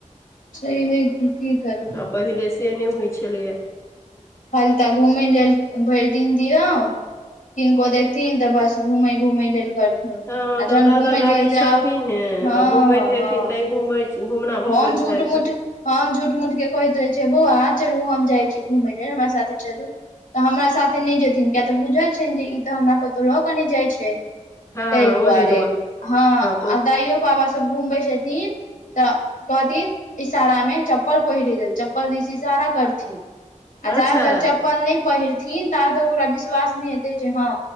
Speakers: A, on the left; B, on the left.
A: सही है कि की करबे
B: आ पहिले से नहि होइ छलैया
A: फल त घूमै लेल भरि दिन दियौ किनको देखतीेहन तऽ बस घूमै घूमै लेल कर थून
B: हँ
A: आ
B: तऽ
A: जहन
B: दादा
A: घुमय
B: दादी
A: लेल जाउ
B: छथिन हे
A: हँ
B: तऽ घुमबैत हेथिन
A: हँ
B: तैँ घुमै घुमना भऽ
A: हम
B: गेल
A: झूठ
B: छथि
A: मूठ हम झूठ मूठ के कहैत रहै छ बौआ चलू हम जाइ छी घूमय ले हमरा साथे चलू तऽ हमरा साथे नहि जेथिन किया तऽ बुझल छनि जे ई तऽ हमरा कतहु लऽ कऽ नहि जाइ छै ताहि
B: हँ ओहि
A: दुआरे हँ
B: तो
A: आ दाइयो बाबा सभ घुमबै छथिन तऽ कहथिन इशारा मे चप्पल पहिर लेल चप्पल दिस इशारा करथिन आ
B: अच्छा
A: जाब तक चप्पल नहि पहिरथिन ताब तक ओकरा विश्वास नहि हेतै जे हँ